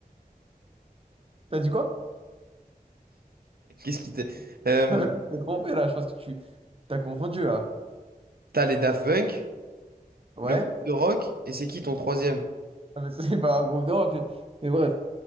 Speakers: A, on the right (about 35°); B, on the right (about 75°).
A: T'as dit quoi?
B: Qu'est-ce qui t'est? Euh,
A: <laughs> Je t'ai trompé là, je pense que tu t'as confondu là.
B: t'as les Daft Punk,
A: Ouais?
B: le groupe de rock, et c'est qui ton troisième?
A: Ah, mais <laughs> C'est pas un groupe de rock. Mais bref.